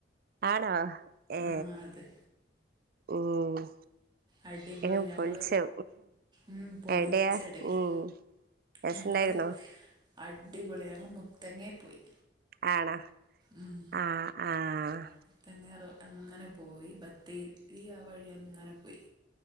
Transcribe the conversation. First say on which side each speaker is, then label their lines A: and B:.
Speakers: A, on the right (about 55°); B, on the right (about 25°).
A: ആണോ ഏ
B: ആഹ് അതെ
A: ഉം
B: അടിപൊളി
A: എങ്ങ്
B: ഞങ്ങള്
A: പൊളിച്ചു
B: ഉം പൊളിച്ചടക്കി
A: എവിടെയാ ഉം രസണ്ടായിരുന്നോ
B: ഞങ്ങള് അടിപൊളി മുത്തങ്ങേ പോയി
A: ആണോ
B: ഉം
A: ആഹ് ആഹ്
B: മുത്തങ്ങ അങ്ങനെ പോയി ബത്തേരി ആ വഴി അങ്ങനെ പോയി